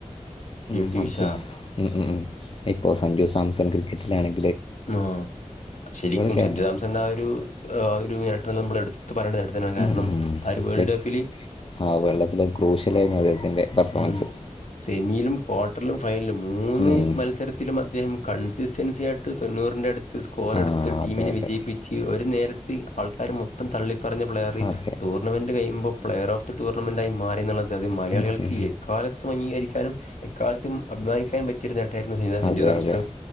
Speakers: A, on the left; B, on the left.
A: <unintelligible>
B: P T Usha
A: ഇപ്പോൊ സഞ്ജു സാംസൺ ക്രിക്കറ്റിലാണെങ്ക
B: ആ ശരിക്കും
A: കേ
B: സഞ്ജു തമസന്റെ ആ ഒരു ആ ഒരു നേട്ടം നമ്മൾ എടുത്തു ത്ത് പറയെണ്ട നേട്ടം തന്നെണ് കാരണം
A: ഉം ഉം ഉം.
B: ആര്
A: പക്ഷേ
B: വേൾഡ് കപ്പില്
A: ആ വേൾഡ് കപ്പിൽ ക്രൂഷ്യലായിരുന്നു അദ്ദേഹത്തിൻ്റെ പെർഫോമൻസ്
B: ഉം സെമിയിലും ക്വാർട്ടറിലും ഫൈനലും മൂന്ന്
A: ഉം
B: മത്സരത്തിലും മം അദ്ദേഹം കൺസിസ്റ്റൻസി ആയിട്ട് തൊണ്ണൂറിന്റെ അടുത്ത് സ്കോർ
A: ആ
B: എടുത്ത് ടീമിനെ
A: അതെ അതെ
B: വിജയിപ്പിച്ച് ഒരു നേരത് ത്തി ആൾക്കാർ മൊത്തം തള്ളിപ്പറഞ്ഞ പ്ലെയർ
A: അതെ
B: ടൂർണമെന്റ് കഴിയുമ്പോ പ്ലെയർ ഓഫ് ടൂർണമെന്റായി മാറിന്ന്ള്ളത് മലയാളികൾ
A: ഉം ഉം
B: കേ എക്കാലത്തും അംഗീകരിക്കാനും എക്കാലത്തും അഭിമാനിക്കാനും പറ്റിയരു ന്നേ ട്ടയിരുന്നു സഞ്ജുതാംസരം
A: അതെ അതെ